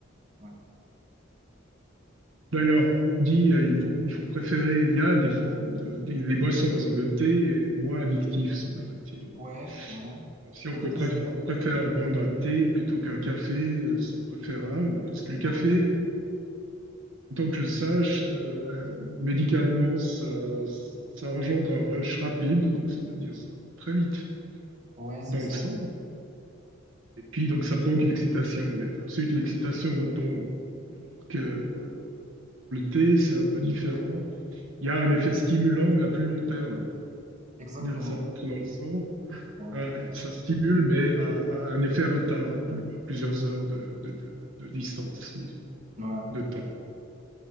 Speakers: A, on the right (about 35°); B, on the right (about 75°).
A: Ouais,
B: D'ailleurs, on dit euh, il faut, il faut préférer, il y a des formes de, des, les boissons, par exemple le thé est moins addictif, semblerait-il.
A: ouais, ouais.
B: Alors, si on
A: De
B: peut
A: l'autocine.
B: préf- on préfère prendre un thé plutôt qu'un café, euh, c'est préférable, parce que le café,
A: Ouais,
B: tant que je sache, euh, médicalement, ça, ça, ça engendre un rush rapide, donc c'est-à-dire ça va très vite
A: ouais,
B: euh,
A: c'est
B: dans
A: ça.
B: le sang, et puis donc ça provoque une excitation, mais ensuite l'excitation retombe. Alors que euh, le thé, c'est un peu différent. Il y a un effet stimulant, mais à plus long terme.
A: Exactement.
B: C'est-à-dire que ça rentre dans le sang,
A: Ouais,
B: euh, et ça stimule, mais à, à un effet retard, à plus- à plusieurs heures de, de- de- de distance, disons,
A: ouais.
B: de temps.
A: ouais.